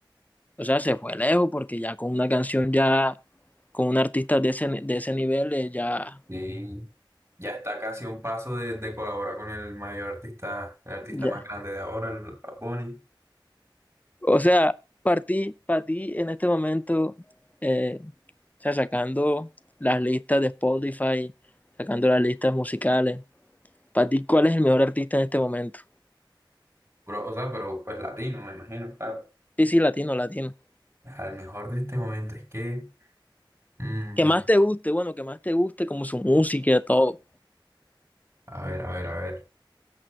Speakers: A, on the left; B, on the right.
A: O sea, se fue lejos porque ya con una canción ya, con un artista de ese, de ese nivel, eh, ya,
B: Y ya está casi a un paso de, de colaborar con el mayor artista, el artista
A: ya.
B: más grande de ahora, el Bad Bunny.
A: O sea, para ti, para ti en este momento, eh, o sea, sacando las listas de Spotify, sacando las listas musicales, para ti, ¿cuál es el mejor artista en este momento?
B: Pero, o sea, pero pues latino, me imagino, claro.
A: Sí, sí, latino, latino.
B: Al mejor de este momento es que... mm,
A: Que más te guste, bueno, que más te guste como su música, todo.
B: a ver, a ver, a ver.